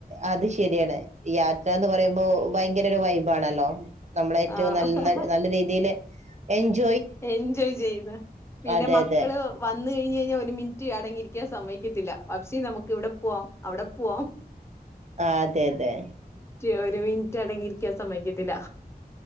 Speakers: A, on the right; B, on the left.
A: അത് ശെരിയാണ് യാത്രന്ന് പറയ്മ്പോ ഭയങ്കര ഒരു വൈബാണല്ലോ നമ്മളേ റ്റോം
B: ആഹ്
A: നൽ നല്ല രീതില് എൻജോ
B: എൻജോയ് ചെയ്യുന്ന പിന്നെ
A: അതെ
B: മക്കള്
A: അതെ
B: വന്ന് കഴിഞ്ഞ്ഞ്ഞാ ഒരു മിനിറ്റ് അടങ്ങിരിക്കാൻ സമ്മയിക്കത്തില്ല ബാപ്പ്‌ച്ചി നമുക്ക് ഇവിടെ പോവാം അവിടെ പോവാം
A: ആ അതെതെ
B: റ്റ് ഒരു മിനിറ്റ് അടങ്ങിയിരിക്കാൻ സമ്മയ്ക്കത്തില്ല